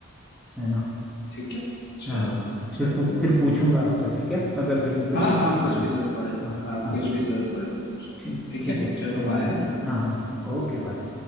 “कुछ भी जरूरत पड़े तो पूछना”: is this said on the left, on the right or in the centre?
Left